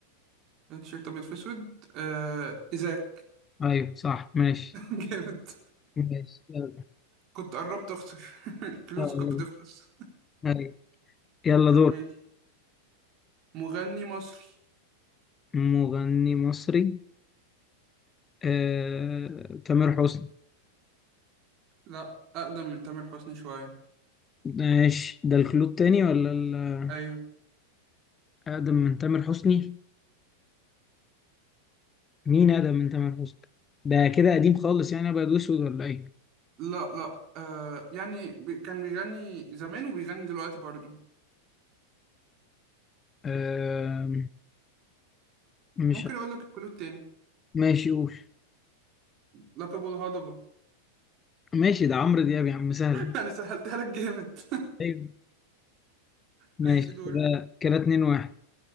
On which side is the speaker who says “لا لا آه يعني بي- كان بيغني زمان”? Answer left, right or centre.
Right